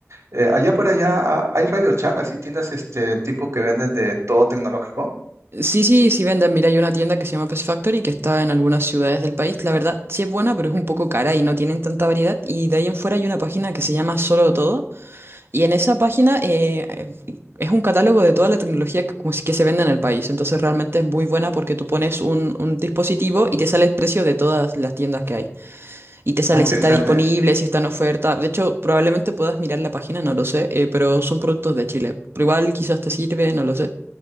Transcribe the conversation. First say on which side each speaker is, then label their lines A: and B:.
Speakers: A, on the right; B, on the right.
A: Eh, allá por allá ah, hay Radio Shack, así tiendas este tipo que venden de todo tecnológico.
B: Sí, sí, sí venden. Mira, hay una tienda que se llama Pet Factory que está en algunas ciudades del país. La verdad, sí es buena, pero es un poco cara y no tienen tanta variedad. Y de ahí en fuera hay una página que se llama Solo Todo. Y en esa página eh, es un catálogo de toda la tecnología que, pues, que se vende en el país. Entonces realmente es muy buena porque tú pones un, un dispositivo y te sale el precio de todas las tiendas que hay. Y te sale
A: Ah, interesante.
B: si está disponible, si está en oferta. De hecho, probablemente puedas mirar la página, no lo sé, eh, pero son productos de Chile. Pero igual quizás te sirve, no lo sé.